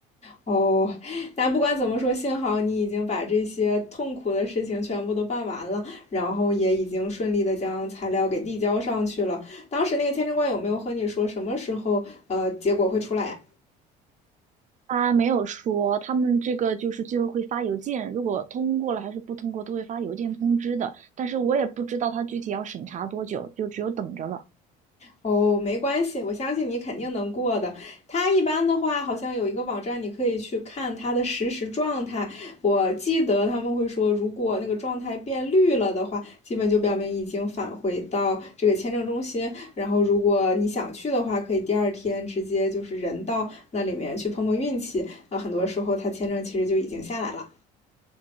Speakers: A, on the left (about 35°); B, on the right (about 40°).
A: 哦，但不管怎么说，幸好你已经把这些痛苦的事情全部都办完了，然后也已经顺利的将材料给递交上去了。当时那个签证官有没有和你说什么时候呃结果会出来呀？
B: 他没有说，他们这个就是最后会发邮件，如果通过了还是不通过，都会发邮件通知的。但是我也不知道他具体要审查多久，就只有等着了。
A: 哦，没关系，我相信你肯定能过的。他一般的话，好像有一个网站，你可以去看他的实时状态。我记得他们会说，如果那个状态变绿了的话，基本就表明已经返回到这个签证中心。然后，如果你想去的话，可以第二天直接就是人到那里面去碰碰运气。啊，很多时候他签证其实就已经下来了。